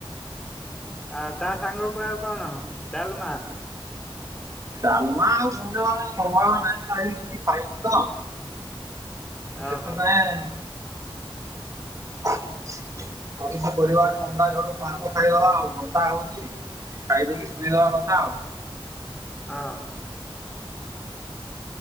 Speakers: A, in the centre; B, on the right (about 35°).
A: ଆ ତା ସାଙ୍ଗ କୁ ଆଉ କଣ? ଡାଲମା?
B: ଡାଲମା ଆଉ ସେତେ ମାନେ ସମ୍ଭୟ ନାହିଁ। କିଛି ଖାଇନି ତ?
A: ଓହୋ
B: ସେଥିପାଇଁ। ଆଉ କିସ କରିବା, ଅଣ୍ଡା ଝୋଳକୁ ଭାତ ଖାଇଦବା ଆଉ ବର୍ଷା ହଉଛି। ଖାଇଦେଇକି ଶୁୋଇଦବା କଥା ଆଉ।
A: ହଁ।